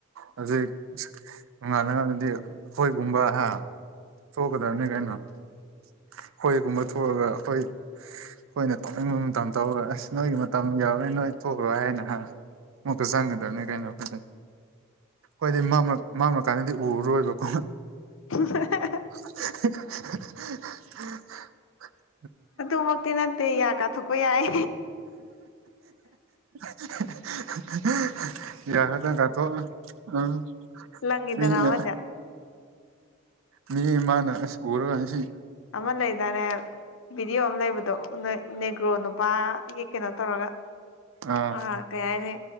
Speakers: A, on the right (about 70°); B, on the left (about 65°).
A: ꯍꯥꯖꯤꯛ ꯅ‌ꯣꯡꯉꯥꯟꯂꯒꯗꯤ ꯍꯣꯏꯒꯨꯝꯕ ꯍꯥ ꯊꯣꯛꯀꯗꯕꯅꯤ ꯀ‌ꯩꯅꯣ ꯑꯩꯈꯣꯏꯒꯨꯝꯕ ꯊꯣꯛꯑꯒ ꯑꯩꯈꯣꯏ ꯑꯩꯈꯣꯏꯅ ꯇꯧꯅꯤꯡꯕ ꯃꯇꯝ ꯇꯧꯔꯒ ꯑꯁ ꯅꯣꯏꯒꯤ ꯃꯇꯝ ꯌꯥꯎ ꯅꯣꯏ ꯅꯣꯏ ꯊꯣꯛꯈ꯭ꯔꯣ ꯍꯥꯏꯅ ꯍꯥ ꯃꯨꯛꯇ ꯆꯪꯒꯗꯕꯅꯤ ꯀꯩꯅꯣ ꯑꯩꯈꯣꯏꯁꯦ ꯍꯣꯏꯗꯤ ꯃꯝꯃ ꯃꯥꯝꯂꯀꯥꯟꯗꯗꯤ ꯎꯔꯣꯏꯕꯀꯣ
B: <unintelligible>
A: <unintelligible>
B: ꯑꯗꯨꯃꯛꯇꯤ ꯅꯠꯇꯦ ꯌꯥ ꯀꯥꯊꯣꯛꯄ ꯌꯥꯏ
A: <unintelligible> ꯌꯥ ꯈꯛꯇꯪ ꯀꯊꯣꯛ ꯎꯝ
B: ꯂꯪꯉꯤꯗꯅ
A: ꯃꯤꯅ
B: ꯑꯃꯗꯤ
A: ꯃꯤ ꯃꯥꯅ ꯑꯁ ꯎꯔꯒ ꯉꯁꯤ
B: ꯑꯃ ꯂꯩꯗꯥꯏꯅꯦ ꯚꯤꯗꯤꯑꯣ ꯑꯃ ꯂꯩꯕꯗꯣ ꯅ‌ꯣꯏ ꯅꯦꯒ꯭ꯔꯣ ꯅꯨꯄꯥꯒꯤ ꯀꯩꯅꯣ ꯇꯧꯔꯒ
A: ꯑꯥ
B: ꯑ ꯀꯩ ꯍꯥꯏꯅꯤ